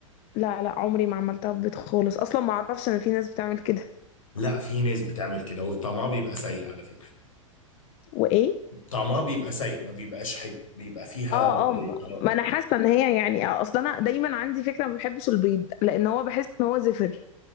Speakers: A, on the left; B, on the left.
A: لا لا عمري ما عملتها ببيض خالص اصلا ما اعرفش ان في ناس بتعمل كده
B: لا في ناس بتعمل كده وطعمها بيبقى سيء على فكرة
A: وايه
B: طعمها بيبقى سيء ما بيبقاش حلو بيبقى فيها
A: اه اه ما
B: آه،
A: ما انا حاسه ان هي يعني اصل انا دايما عندي فكره ما بحبش البيض لان هو بحس ان هو زفر